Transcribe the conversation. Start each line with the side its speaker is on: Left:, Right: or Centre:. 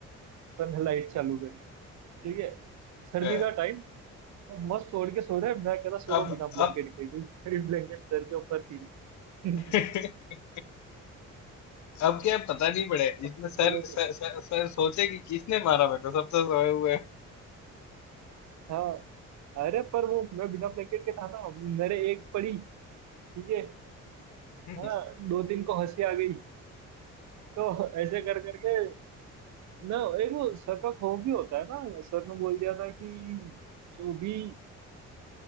Right: सन लाइट चालू करी ठीक है सर्दी
Left: <laughs>
Right: का टाइम तो मस्त ओढ़ के सो रहे हैं मैं कह रहा सो रहा
Left: अब
Right: हूँ बिना ब्लैंकेट
Left: अब
Right: के क्योंकि मेरी ब्लैंकेट सर के ऊपर थी <laughs>
Left: <laughs> अब क्या पता नहीं पड़े
Right: तब
Left: इसमें
Right: तो
Left: सर
Right: चलो
Left: सर,
Right: तो
Left: सर, सर सोचे कि किसने मारा मेरे को सब तो सोए हुए हैं।
Right: हाँ अरे पर वो मैं बिना ब्लैंकेट के था ना मेरे एक पड़ी ठीक है
Left: <laughs>
Right: हाँ दो तीन को हंसी आ गई तो ऐसे कर करके ना एक वो सर का खौफ भी होता है ना सर ने बोल दिया था कि जो भी